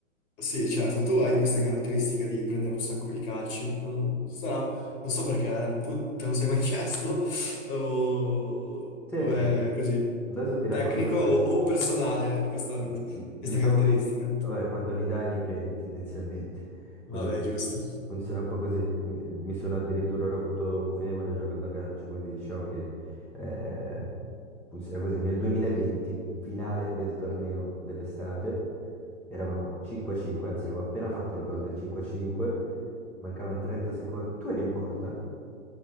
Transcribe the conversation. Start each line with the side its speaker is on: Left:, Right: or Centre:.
Left: Sì, certo, tu hai questa caratteristica di prendere un sacco di calci. Non, sarà- non so perché, eh, tu te lo sei mai <laughs> chiesto, o,
Centre: Sì,
Left: o è
Centre: di-
Left: così,
Centre: adesso ti racconto
Left: tecnico
Centre: questo.
Left: o, o personale, questa,
Centre: No,
Left: questa
Centre: Diciamo
Left: caratteristica.
Centre: che vabbè, quando li dai li prendi tendenzialmente, quindi
Left: Vabbè,
Centre: funziona,
Left: giusto.
Centre: funziona un po' così. Mi, mi sono addirittura rotto un femore giocando a calcio, quindi diciamo che eh, funziona così. Nel 2020, finale del torneo dell'estate, eravamo 5-5, anzi avevo appena fatto il gol del 5-5, mancavano 30 secondi. Tu eri in porta?